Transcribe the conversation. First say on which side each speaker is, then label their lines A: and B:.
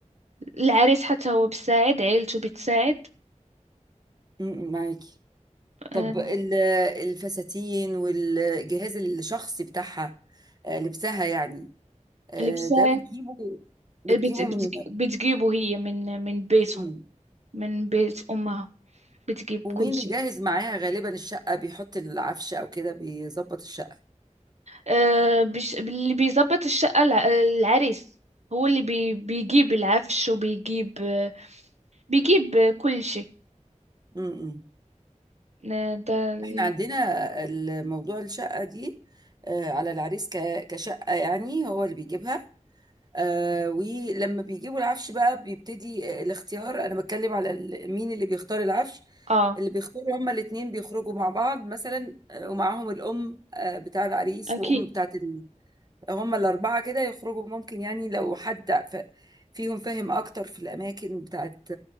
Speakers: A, on the right (about 60°); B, on the right (about 30°).
A: العريس حتى هو بتساعد عيلته بتساعد
B: م- معاكي طب
A: آه،
B: ال- الفساتين والجهاز الشخصي بتاعها آه، لبسها يعني آه،
A: اللي بتساعد
B: ده بتجيبه بتجيبه
A: بت... بت...
B: من
A: بتجيبه هي من من بيتهم
B: م.
A: من بيت أمها بتجيب
B: ومين
A: كل شيء
B: بيجهز معاها غالبا الشقة بيحط العفش او كده بيظبط الشقة
A: أه بش... اللي بيظبط الشقة الع- العريس هو اللي بي... بيجيب العفش وبيجيب آه، بيجيب آه، كل شيء
B: م- م.
A: آه، ده ال-
B: احنا عندنا الموضوع الشقة دي آه، على العريس ك- كشقة يعني هو اللي بيجيبها آه، ولما بيجيبوا العفش بقى بيبتدي آه، الاختيار انا بتكلم على ال- مين اللي بيختار العفش
A: اه
B: اللي بيختاروا هما الاتنين بيخرجوا مع بعض مثلا آه، ومعاهم الأم آه، بتاع العريس
A: اكيد
B: وأم بتاعة هما الأربعة كده يخرجوا ممكن يعني لو حد ف- فيهم فاهم أكتر في الأماكن بتاعت